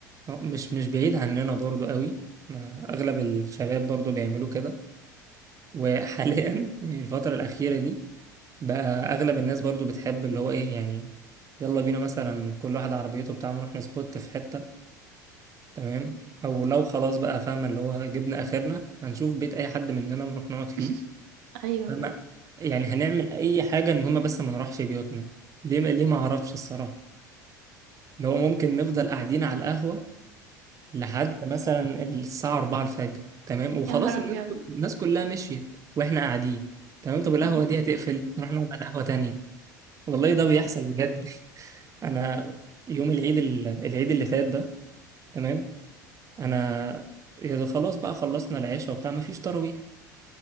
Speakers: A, on the right; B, on the right.
A: آه، مش مش بعيد عننا برضو قوي آه، اغلب الشباب برضو بيعملوا كده وحاليا <laughs> يعني الفترة الأخيرة دي بقى اغلب الناس برضو بتحب اللي هو ايه يعني يلا بينا مثلا كل واحد عربيته بتاعه نروح نسبوت في حتة تمام او لو خلاص بقى فاهمة اللي هو جبنا اخرنا هنشوف بيت اي حد مننا نروح نقعد فيه
B: <laughs> أيوه
A: فما يعني هنعمل اي حاجه المهم بس ما نروحش بيوتنا ليه ما ليه ما اعرفش الصراحه لو ممكن نفضل قاعدين على القهوه لحد مثلا الساعه 4 الفجر تمام وخلاص
B: يا نهار أبيض
A: الناس كل... الناس كلها مشيت واحنا قاعدين تمام طب القهوه
B: أمم،
A: دي هتقفل نروح نقعد على قهوه تانية والله ده بيحصل بجد <laughs> انا يوم العيد ال... العيد اللي فات ده تمام انا يا خلاص بقى خلصنا العشاء وبتاع مفيش تراويح